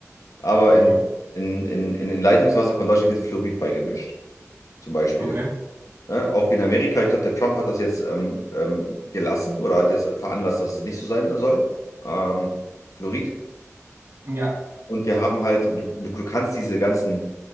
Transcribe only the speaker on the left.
aber
in, in, in, in, in Leitungswasser von Deutschland wird Fluorid beigemischt, zum Beispiel.
Ne? Auch wie in Amerika, ich glaube, der Trump hat das jetzt ähm, ähm, gelassen oder hat jetzt veranlasst, dass es nicht so sein soll, ähm, Fluorid.
Und wir haben halt, du, du, du kannst diese ganzen,